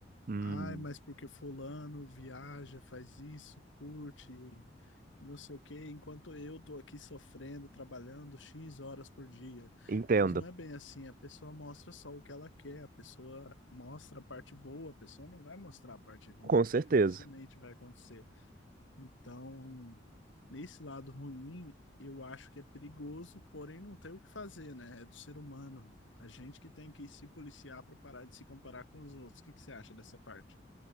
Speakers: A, on the right; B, on the left.
A: Hum,
B: Ai, mas porque fulano viaja, faz isso, curte não sei o quê, enquanto eu tô aqui sofrendo, trabalhando X horas por dia.
A: entendo,
B: Mas não é bem assim, a pessoa mostra só o que ela quer, a pessoa mostra a parte boa, a pessoa não vai mostrar a parte ruim,
A: com certeza.
B: dificilmente vai acontecer. Então, nesse lado ruim, eu acho que é perigoso, porém não tem o que fazer, né? É do ser humano. A gente que tem que se policiar para parar de se comparar com os outros. O que que você acha dessa parte?